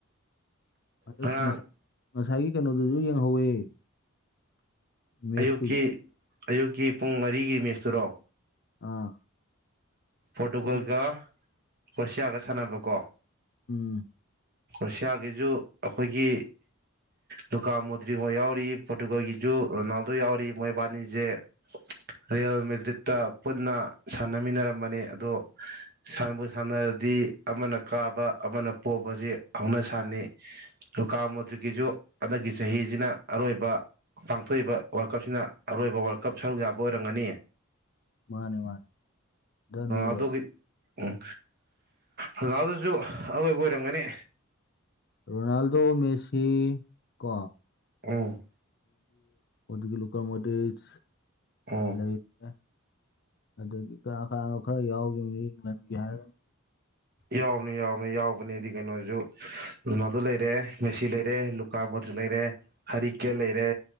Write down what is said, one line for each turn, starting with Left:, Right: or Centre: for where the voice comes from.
Left: ꯑꯗꯨꯛ
Right: ꯉꯔꯥꯡ
Left: ꯉꯁꯥꯏ ꯉꯁꯥꯏꯒꯤ ꯀꯩꯅꯣꯗꯨꯁꯨ ꯌꯦꯡꯍꯧꯋꯦ ꯃꯦꯠꯁꯇꯨꯁꯨ
Right: ꯑꯌꯨꯛꯀꯤ ꯑꯌꯨꯛꯀꯤ ꯄꯨꯡ ꯃꯔꯤꯒꯤ ꯃꯦꯁꯇꯨꯔꯣ
Left: ꯑꯥ
Right: ꯄꯣꯔꯇꯨꯒꯜꯒ
Left: ꯑꯗꯨ
Right: ꯀ꯭ꯔꯣꯁꯤꯌꯥꯒ ꯁꯥꯟꯅꯕꯀꯣ
Left: ꯎꯝ
Right: ꯀ꯭ꯔꯣꯁꯤꯌꯥꯒꯤꯁꯨ ꯑꯩꯈꯣꯏꯒꯤ ꯗꯨꯀꯥ ꯃꯨꯇ꯭ꯔꯤꯉ ꯌꯥꯎꯔꯤ ꯄꯣꯔꯇꯨꯒꯜꯒꯤ ꯨ ꯔꯣꯅꯥꯜꯗꯣ ꯌꯥꯎꯔꯤ ꯃꯣꯏꯕꯥꯅꯤꯁꯦ ꯔꯤꯌꯦꯜ ꯃꯦꯗ꯭ꯔꯤꯠꯇ ꯄꯨꯟꯅ ꯁꯥꯟꯅꯃꯤꯟꯅꯔꯝꯕꯅꯤ ꯑꯗꯣ ꯁꯅꯕ ꯁꯥꯟꯅꯔꯗꯤ ꯑꯃꯅ ꯀꯥꯕ ꯑꯃꯅ ꯄꯣꯁ ꯍꯧꯅ ꯁꯥꯟꯅꯩ ꯂꯨꯒꯥꯥ ꯃꯨꯇ꯭ꯔꯤꯀꯤꯁꯨ ꯍꯟꯗꯛꯀꯤ ꯆꯍꯤꯁꯤꯅ ꯑꯔꯣꯏꯕ ꯄꯥꯡꯊꯣꯛꯏꯕ ꯋꯥꯔꯜ ꯀꯞꯁꯤꯅ ꯑꯔꯣꯏꯕ ꯋꯥꯔꯜ ꯀꯞ ꯁꯔꯨꯛ ꯌꯥꯕ ꯑꯣꯏꯔꯝꯒꯅꯤ
Left: ꯃꯥꯅꯦ ꯃꯥꯅꯦ ꯗꯟ ꯂꯣꯏꯔꯦ
Right: ꯑꯗꯨꯒꯤ ꯎꯝ ꯔꯣꯅꯥꯟꯗꯣꯁꯨ ꯑꯔꯣꯏꯕ ꯑꯣꯏꯔꯝꯒꯅꯤ
Left: ꯔꯣꯅꯥꯜꯗꯣ ꯃꯦꯁꯤ ꯀꯣ
Right: ꯎꯝ
Left: ꯑꯗꯩꯗꯤ ꯂꯨꯀꯃꯣꯗꯔꯤꯛ
Right: ꯎꯝ
Left: ꯂꯩꯇꯦ ꯑꯗꯒꯤ ꯀꯅꯥ ꯀꯅꯥꯅꯣ ꯈꯔ ꯌꯥꯎꯈꯤꯕꯅꯤ ꯏꯪꯂꯟꯒꯤ ꯍꯥꯏꯔꯒꯅ
Right: ꯌꯥꯎꯕꯅꯤ ꯌꯥꯎꯕꯅꯤ ꯌꯥꯎ ꯀꯩꯅꯣꯁꯨ ꯂꯩꯔꯦ ꯃꯦꯁꯤ ꯂꯩꯔꯦ ꯔꯨꯅꯥꯟꯗꯣ ꯂꯩꯔꯦ ꯂꯨꯀꯃꯣꯗꯔꯤꯛ ꯂꯩꯔꯦ ꯍꯔꯤ ꯂꯩꯔꯦ